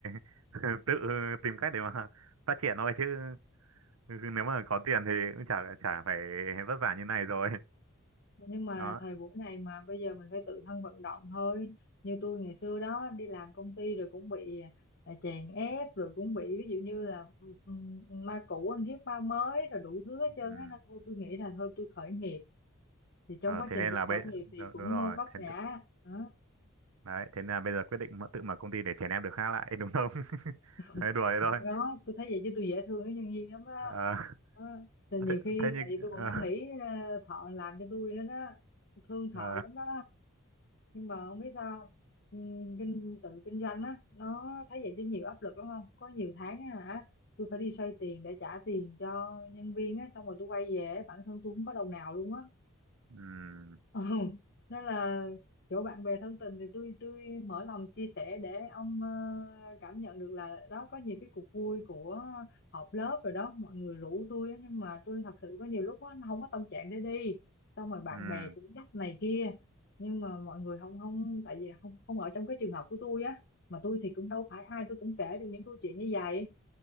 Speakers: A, on the right; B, on the left.
A: <laughs> tự tìm cách để mà <laughs> phát triển thôi chứ nếu mà có tiền thì cũng chả chả phải vất vả như này rồi <laughs>
B: nhưng mà
A: đó
B: thời buổi này mà bây giờ mình phải tự thân vận động thôi như tôi ngày xưa đó đi làm công ty rồi cũng bị à, chèn ép rồi cũng bị ví dụ như là ừm, ma cũ ăn hiếp ma mới rồi đủ thứ hết
A: ừ.
B: trơn á nên thôi tôi nghĩ là thôi tôi khởi nghiệp thì trong
A: ờ,
B: quá
A: thế
B: trình
A: nên
B: tôi
A: là bây
B: khởi nghiệp thì
A: đúng,
B: cũng
A: đúng rồi
B: ờ, vấp
A: thế,
B: ngã đó.
A: Đấy, thế là bây giờ quyết định mà- tự mở công ty để chèn ép được khác lại đúng không? <laughs>
B: <laughs>
A: Đấy, đùa thế thôi.
B: không có tôi thấy vậy chứ tôi dễ thương cái nhân viên lắm đó,
A: Ờ,
B: đó. Thì
A: ờ,
B: nhiều
A: thế,
B: khi
A: thế như
B: tại vì tôi còn
A: ờ,
B: năn nỉ ờ, thợ làm cho tôi nữa đó thương thợ
A: ờ,
B: lắm đó nhưng mà không biết sao không? Ừm, kinh tự kinh doanh á nó thấy vậy chứ nhiều áp lực lắm không có nhiều tháng á hả tôi phải đi xoay tiền để trả tiền cho nhân viên á xong rồi tôi quay về bản thân tôi không có đồng nào luôn á
A: ừm,
B: Ừ. Nên là chỗ bạn bè thân tình thì tôi tôi mở lòng chia sẻ để ông ờ, cảm nhận được là đó có nhiều cái cuộc vui của họp lớp rồi đó mọi người rủ tôi á, nhưng mà tôi thật sự có nhiều lúc á, không có tâm trạng để đi xong rồi bạn
A: ừm,
B: bè cũng dắt này kia nhưng mà mọi người không không tại vì không không ở trong cái trường hợp của tôi á mà tôi thì cũng đâu phải ai tôi cũng kể được những câu chuyện như vậy